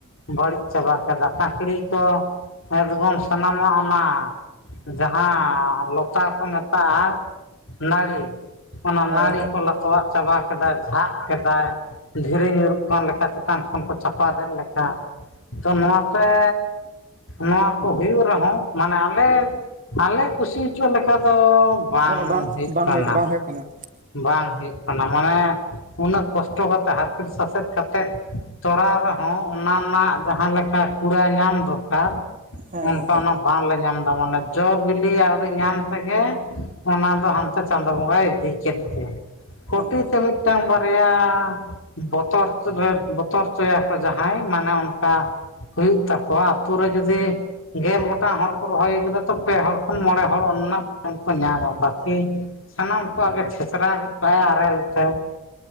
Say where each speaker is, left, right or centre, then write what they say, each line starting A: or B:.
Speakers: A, on the left (about 60°); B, on the right (about 35°).
A: ᱵᱟᱹᱲᱤᱡ ᱪᱟᱵᱟ ᱠᱮᱫᱟ ᱠᱟᱠᱲᱤ ᱠᱚ ᱮᱫᱽᱜᱚᱢ ᱥᱟᱱᱟᱢᱟᱜ ᱚᱱᱟ ᱡᱟᱦᱟᱸ ᱞᱚᱛᱟ ᱠᱚ ᱢᱮᱛᱟᱜᱼᱟ ᱱᱟᱹᱲᱤ ᱚᱱᱟ
B: ᱦᱮᱸ
A: ᱱᱟᱹᱲᱤ
B: ᱜᱚᱝᱠᱮ
A: ᱠᱚ ᱞᱟᱛᱣᱟᱜ ᱪᱟᱵᱟ ᱠᱮᱫᱟᱭ ᱡᱷᱟᱜ ᱠᱮᱫᱟᱭ ᱫᱷᱤᱨᱤ ᱧᱩᱨᱩᱜ ᱠᱟᱱ ᱞᱮᱠᱟ ᱪᱮᱛᱟᱱ ᱠᱷᱚᱱ ᱠᱚ ᱪᱟᱯᱟᱫᱮᱜ ᱞᱮᱠᱟ ᱛᱚ ᱱᱚᱣᱟᱛᱮ ᱱᱚᱣᱟ ᱠᱚ ᱦᱩᱭᱩᱜ ᱨᱮᱦᱚᱸ ᱢᱟᱱᱮ ᱟᱞᱮ ᱟᱞᱮ ᱠᱩᱥᱤ ᱦᱚᱪᱚ ᱞᱮᱠᱟ ᱫᱚ ᱵᱟᱝ
B: ᱚᱱᱟ
A: ᱦᱩᱭᱩᱜ
B: ᱵᱟᱝ
A: ᱠᱟᱱᱟ
B: ᱵᱟᱝ ᱦᱩᱭᱩᱜ ᱠᱟᱱᱟ
A: ᱵᱟᱝ ᱦᱩᱭᱩᱜ ᱠᱟᱱᱟ ᱢᱟᱱᱮ ᱩᱱᱟᱹᱜ ᱠᱚᱥᱴᱚ ᱠᱟᱛᱮᱜ ᱦᱟᱠᱩᱮᱫ ᱥᱟᱥᱮᱛ ᱠᱟᱛᱮᱫ ᱛᱚᱨᱟᱣ ᱨᱮᱦᱚᱸ ᱚᱱᱟ ᱨᱮᱱᱟᱜ ᱡᱟᱦᱟᱸ ᱞᱮᱠᱟ ᱠᱩᱲᱟ ᱧᱟᱢ ᱫᱚᱨᱠᱟᱨ
B: ᱦᱮᱸ
A: ᱚᱱᱠᱟ
B: ᱜᱚᱝᱠᱮ
A: ᱚᱱᱟ ᱵᱟᱝᱞᱮ ᱧᱟᱢ ᱮᱫᱟ ᱢᱟᱱᱮ ᱡᱚ ᱵᱤᱞᱤ ᱟᱹᱣᱨᱤ ᱧᱟᱢ ᱛᱮᱜᱮ ᱚᱱᱟ ᱫᱚ ᱦᱟᱱᱛᱮ ᱪᱟᱸᱫᱳ ᱵᱚᱸᱜᱟᱭ ᱤᱫᱤᱜ ᱪᱮᱫ ᱛᱮ ᱠᱩᱴᱤ
B: ᱦᱮᱸ ᱦᱮᱸ
A: ᱛᱮ ᱢᱤᱫᱴᱟᱝ ᱵᱟᱨᱭᱟ ᱵᱚᱛᱚᱨ ᱨᱮ ᱵᱚᱛᱚᱨ ᱦᱚᱪᱚᱭᱟᱠᱚ ᱡᱟᱦᱟᱸᱭ ᱢᱟᱱᱮ ᱚᱱᱠᱟ ᱦᱩᱭᱩᱜ ᱛᱟᱠᱚᱣᱟ ᱟᱹᱛᱩ ᱨᱮ ᱡᱩᱫᱤ ᱜᱮᱞ ᱜᱚᱴᱟᱝ ᱦᱚᱲ ᱠᱚ ᱨᱚᱦᱚᱭ ᱠᱟᱟ ᱛᱚ ᱯᱮ ᱦᱚᱲ ᱠᱷᱚᱱ ᱢᱚᱬᱮ ᱦᱚᱲ ᱚᱱᱟ ᱨᱮᱱᱟᱜ ᱯᱷ ᱠᱚ ᱧᱟᱢᱟ ᱵᱟᱠᱤ ᱥᱟᱱᱟᱢ ᱠᱚ ᱜᱮ <unintelligible> ᱜᱚᱫᱛᱟᱭᱟ ᱟᱨᱤᱞ ᱛᱮ